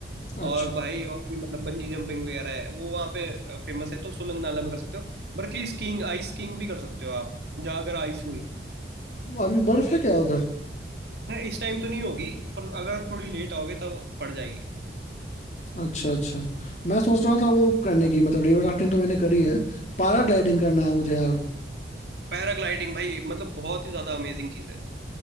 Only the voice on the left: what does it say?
अच्छा
अभी बर्फ है क्या उधर
अच्छा अच्छा मैं सोच रहा था वो करने की मतलब रिवर राफ्टिंग तो मैंने करी है पैराग्लाइडिंग करना है मुझे यार